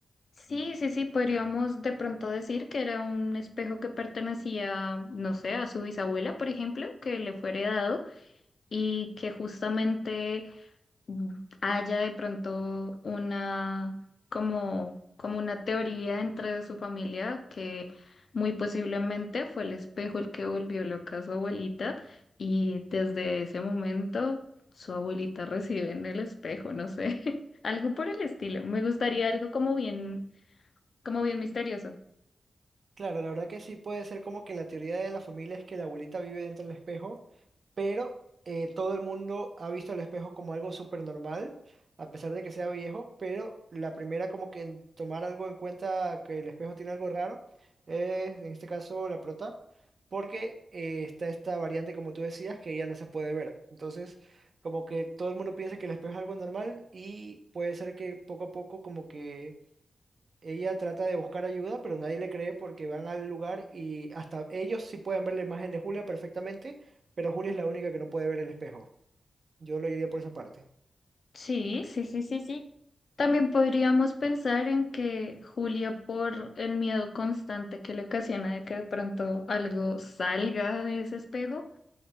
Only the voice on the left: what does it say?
Sí, sí, sí, podríamos de pronto decir que era un espejo que pertenecía, no sé, a su bisabuela, por ejemplo, que le fue heredado y que justamente mm, haya de pronto una, como, como una teoría dentro de su familia que muy posiblemente fue el espejo el que volvió loca a su abuelita y desde ese momento su abuelita recibe en el espejo, no sé, <laughs> algo por el estilo. Me gustaría algo como bien, como bien misterioso.
Sí, sí, sí, sí, sí. También podríamos pensar en que Julia, por el miedo constante que le ocasiona de que de pronto algo salga de ese espejo,